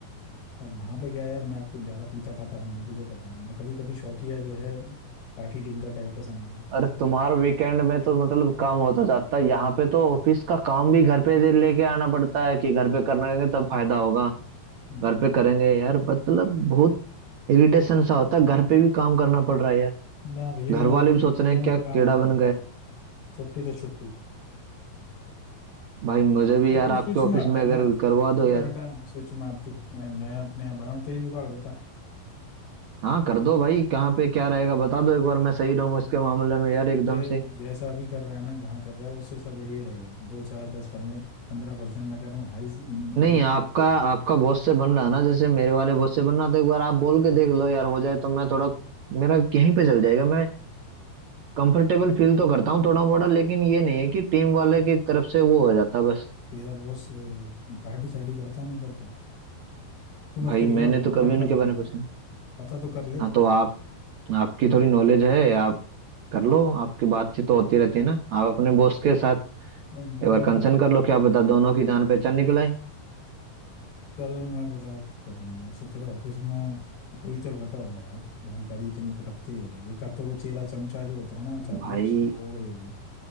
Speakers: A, on the left (about 75°); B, on the right (about 65°).
A: अब वहां पे क्या यार मैं पी- ज्यादा पीता पाता हूँ नहीं तुझे पता है मैं कभी कभी शौकिया जो है पार्टी डिंकर टाइप का समझ लो
B: अरे तुम्हारा वीकेंड में तो मतलब काम होता जाता है यहाँ पे तो ऑफिस का काम भी घर पे लेके आना पड़ता है कि घर पे करेंगे तब फायदा होगा
A: हम्म,
B: घर पे करेंगे यार मतलब बहुत इरिटेशन सा होता है घर पे भी काम करना पड़ रहा है यार
A: ना भैया
B: घर
A: यहाँ
B: वाले
A: नहीं
B: भी सोच
A: वीकेंड
B: रहे हैं क्या
A: पे
B: कीड़ा
A: काम नहीं करते
B: बन
A: हैं छुट्टी तो छुट्टी
B: भाई मुझे भी
A: तो
B: यार
A: तू
B: आपके
A: स्विच
B: ऑफिस
A: मार
B: में
A: दे ना
B: अगर करवा
A: छोड़
B: दो यार
A: हटा स्विच मार तू मैं मैं अपने यहाँ बनाऊँ तेरी जुगाड़ बता
B: हाँ कर दो भाई कहाँ पे क्या रहेगा बता दो एक बार मैं सही रहूँ इसके मामले
A: बढ़िया
B: में यार एकदम
A: ते-
B: से
A: जैसा भी कर रहा है ना जहाँ कर रहा है उससे सब बढ़िया रहेगा दो चार दस पंद्रह पंद्रह परसेंट मैं कर रहा हूँ हाई
B: नहीं
A: हाई
B: आपका आपका बॉस से बन रहा है ना जैसे मेरे वाले बॉस से बन रहा था एक बार आप बोल के देख लो यार हो जाए तो मैं थोड़ा मेरा यहीं पे चल जाएगा मैं कंफर्टेबल फील तो करता हूँ थोड़ा मोड़ा लेकिन ये नहीं है कि टीम वाले की तरफ से वो हो जाता बस
A: तेरा बॉस पार्टी शार्टी करता नहीं करता तू मत
B: भाई
A: करियो
B: मैंने तो कभी
A: मैं कर
B: उनके
A: लूंगा
B: बारे में पूछा नहीं।
A: पता तो कर ले
B: हाँ तो आप आपकी थोड़ी नॉलेज है आप कर लो आपकी बातचीत तो होती रहती है ना आप अपने बॉस के साथ
A: अब
B: एक बार
A: मैं
B: कंसर्न कर लो क्या पता दोनों की जान पहचान निकल आई
A: चल मैं पता करूंगा वैसे तेरे ऑफिस में कोई तो लड़का होगा यार जानकारी इतनी तो रखते ही होगा एक आध तो वो चेला चमचा जो होता है ना चापलूस
B: भाई
A: वो होगा ही होगा